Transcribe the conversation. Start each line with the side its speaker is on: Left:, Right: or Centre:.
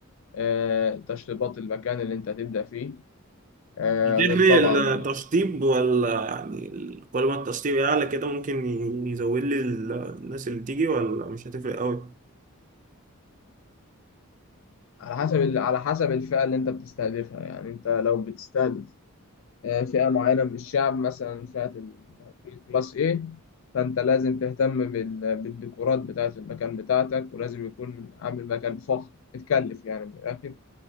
Left: آه، تشطيبات المكان اللي انت هتبدأ فيه آه،
Right: بتدري
Left: غير طبعا
Right: التشطيب ولا يعني ال- كل ما التشطيب يعلى كده ممكن ي- يزود لي ال- الناس اللي تيجي ولا مش هتفرق قوي
Left: على حسب ال- على حسب الفئة اللي انت بتستهدفها يعني انت لو بتستهدف آه، فئة معينة من الشعب مثلا فئة ال- الكلاس A فانت لازم تهتم بال- بالديكورات بتاعة المكان بتاعتك ولازم يكون عامل مكان فخم متكلف يعني من الآخر